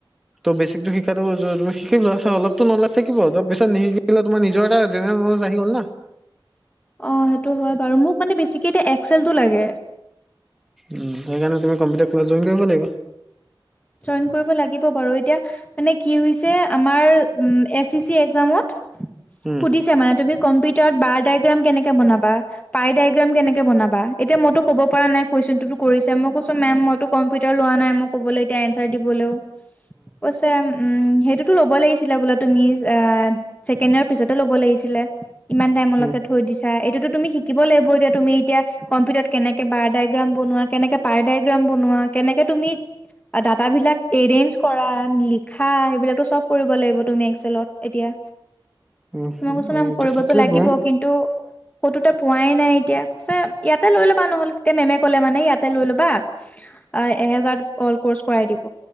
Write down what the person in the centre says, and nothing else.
ত' বেচিক টো শিকাটো তুমি শিকি লোৱা অলপতো নলেজ থাকিব তাৰ পিছত নিশিকিলে তাৰ নিজৰ এটা জেনেৰেল। ন'লেজ আহি গল না।
উ সেইকাৰণে তুমি কম্পিউটাৰ ক্লাছ জইন কৰিব লাগিব।
উম
উম
উম
উম
উম
শিকি
লোৱা